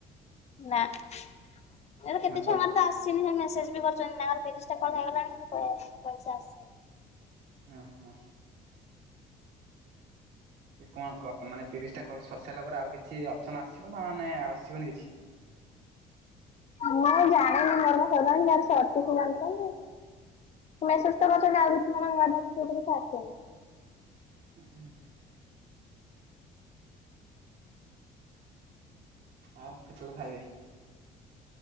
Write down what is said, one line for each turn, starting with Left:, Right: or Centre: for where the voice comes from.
Left: ନା ଆରେ କେତେ
Right: ମାନେ ତମ
Left: ଛୁଆ ମାନଙ୍କ ତ ଆସ ସିନି ମେସେଜ ବି କରଛନ୍ତି ମାମ ତିରିଶ ଟା କଲ୍ ହେଇଗଲାଣି ପଇସା ଆସିନି।
Right: ଓ ହୋ। ଏ କଣ କ ମାନେ ତିରିଶ ଟା କଲ ସରି ସାରିଲା ପରେ ଆଉ କିଛି ଅପସନ ଆସିବ ନା ନାଇଁ ଆସିବନି କିଛି।
Left: ମୁଁ ଜାଣିନି ମୋର୍ କନ୍ ସାରିଲାଣି ଯୋଉ ମାନଙ୍କ ସାରିଛି ସେମାନେ ଜାଣି ଥିବେ ନା। ମେସେଜ ତ କରିଛନ୍ତି ଆଉ କିଛି ମାନେ ନୂଆ <unintelligible> କିଛି ଆସୁନି।
Right: <inaudible> ଆଉ କେତେବେଳେ ଖାଇବେ?